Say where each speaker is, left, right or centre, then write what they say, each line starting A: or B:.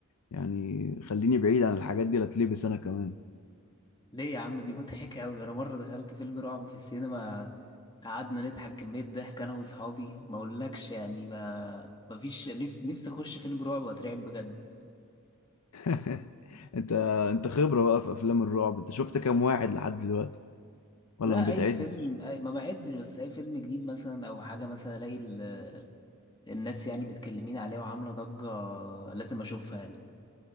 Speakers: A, on the left; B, on the left.
A: يعني خليني بعيد عن الحاجات دي لا اتلبس انا كمان
B: ليه يا عم دي مضحكة أوي أنا مرة دخلت فيلم رعب في السينما قعدنا نضحك كمية ضحك أنا وأصحابي ما أقولكش يعني ما ما فيش نفسي نفسي أخش فيلم رعب وأترعب بجد
A: <laughs> انت انت خبرة بقى في افلام الرعب انت شفت كام واحد لحد دلوقتي ولا
B: لا
A: ما بتعدش
B: أي فيلم أي... ما بعدش بس أي فيلم جديد مثلا أو حاجة مثلا ألاقي ال... الناس يعني متكلمين عليه وعاملة ضجة لازم أشوفها يعني